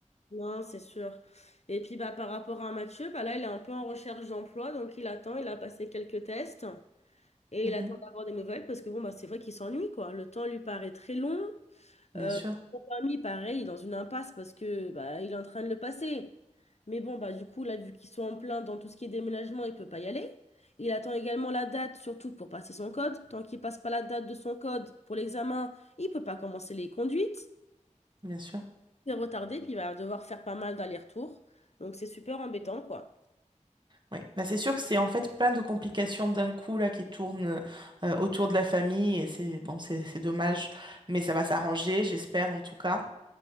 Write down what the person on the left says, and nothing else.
Non, c'est sûr. Et puis bah, par rapport à Mathieu, bah, là, il est un peu en recherche d'emploi, donc il attend, il a passé quelques tests et
il attend d'avoir des nouvelles parce que bon, bah, c'est vrai qu'il s'ennuie, quoi. Le temps lui paraît très long.
Euh,
son permis, pareil, il est dans une impasse parce que bah, il est en train de le passer. Mais bon, bah, du coup, là, vu qu'ils sont en plein dans tout ce qui est déménagement, il peut pas y aller. Il attend également la date, surtout pour passer son code. Tant qu'il passe pas la date de son code pour l'examen, il peut pas commencer les conduites.
C'est retardé, puis il va devoir faire pas mal d'allers-retours. Donc c'est super embêtant, quoi.